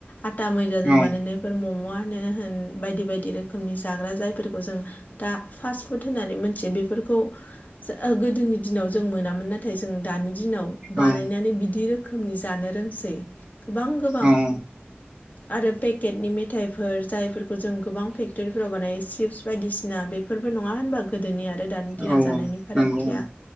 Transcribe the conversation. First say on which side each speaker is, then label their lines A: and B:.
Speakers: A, on the left; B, on the right.
A: आता मैदाजों
B: औ
A: बानायनाय फोर म'म'आनो होन बायदि बायदि रोखोमनि जाग्रा जायफोरखौ जों दा फास्ट फुड होननानै मोनथियो बेफोरखौ जा ओ गोदोनि दिनाव जों मोनामोन नाथाय जों दानि दिनाव बानायनानै
B: औ
A: बिदि रोखोमनि जानो रोंसै गोबां गोबां।
B: औ
A: आरो पेकेटनि मिथाइफोर जायफोरखौ जों गोबां फेक्टरिफोराव बानायो चिप्स। बायदिसिना बेफोरबो नङा होनबा गोदोनि आरो दानि दिनाव
B: औ
A: जानायनि
B: औ
A: फारागथिया,
B: नंगौ